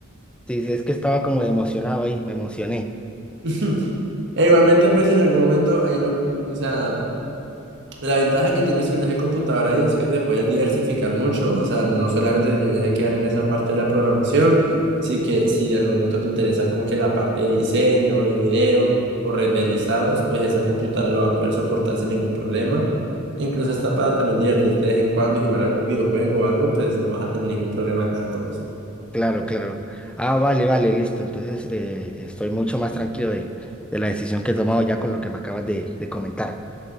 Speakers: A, in the centre; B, on the right.
A: sí, es que estaba como emocionado ahí, me emocioné.
B: <laughs> E igualmente, pues si en algún momento ahí lo, o sea, la ventaja que tienes con ese computador ahí es que te puedes diversificar mucho, o sea, no solamente te tienes que quedar en esa parte de la programación, sí que si en algún momento te interesa como que la parte de diseño, de video o renderizados, pues esa computadora lo va a poder soportar sin ningún problema. Incluso hasta para también divertirte de vez en cuando y jugar algún videojuego o algo, pues no vas a tener ningún problema de nada con eso.
A: Claro, claro. Ah, vale, vale, listo. Entonces eh, estoy mucho más tranquilo de, de la decisión que he tomado ya con lo que me acabas de, de comentar.